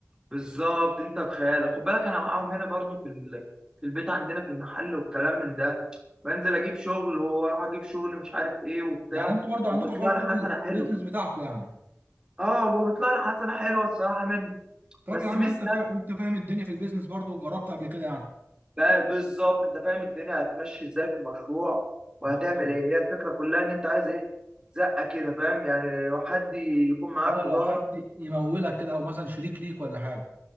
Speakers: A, on the right; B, on the right.
A: بالظبط انت بخيالك خد بالك انا معاهم هنا برضو في ال... في البيت عندنا في المحل والكلام من ده بنزل اجيب شغل واروح اجيب شغل مش عارف ايه وبتاع
B: يعني انتوا برضه
A: وبيطلع
B: عندكم حوار بيزنس
A: لي حسنه حلوه
B: بيزنس بتاعكم يعني
A: اه وبيطلع لي حسنه حلوه الصراحه منه
B: طب
A: بس
B: يا عم
A: ميزه
B: انت فا... انت فاهم الدنيا في البيزنس برضه وجربت قبل كده يعني
A: بقى بالظبط انت فاهم الدنيا هتمشي ازاي في المشروع وهتعمل
B: بالظبط
A: ايه هي الفكره كلها ان انت عايز ايه زقه كده فاهم يعني حد يكون معاك
B: اه
A: في
B: لو
A: ظهرك
B: حد يمولك كده او مثلا شريك ليك ولا حاجه